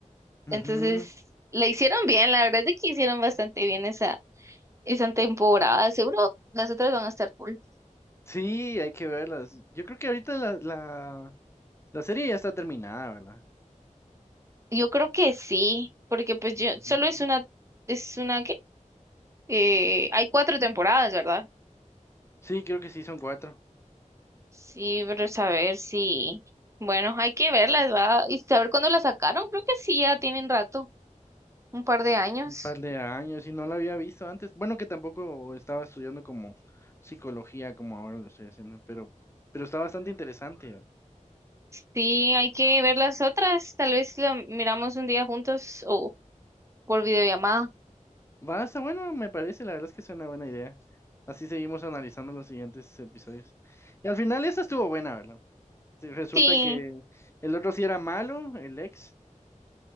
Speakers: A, on the left; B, on the right.
A: Ujú.
B: Entonces, la hicieron bien, la verdad es de que hicieron bastante bien esa, esa temporada. Seguro las otras van a estar cool.
A: Sí, hay que verlas. Yo creo que ahorita la, la, la serie ya está terminada, ¿verdad?
B: Yo creo que sí, porque pues yo,
A: Ujú.
B: solo es una, es una que, eh, hay cuatro temporadas, ¿verdad?
A: Sí, creo que sí, son cuatro.
B: Sí, pero saber si, bueno, hay que verlas, va, y saber cuándo las sacaron, creo que sí, ya tienen rato, un par de años.
A: Un par de años y no la había visto antes. Bueno, que tampoco estaba estudiando como psicología como ahora lo estoy haciendo, pero, pero está bastante interesante.
B: Sí, hay que ver las otras, tal vez la miramos un día juntos o por videollamada.
A: Va, está bueno, me parece, la verdad es que es una buena idea. Así seguimos analizando los siguientes episodios. Y al final esa estuvo buena, ¿verdad? Sí, Resulta
B: Sí,
A: que el otro sí era malo, el ex,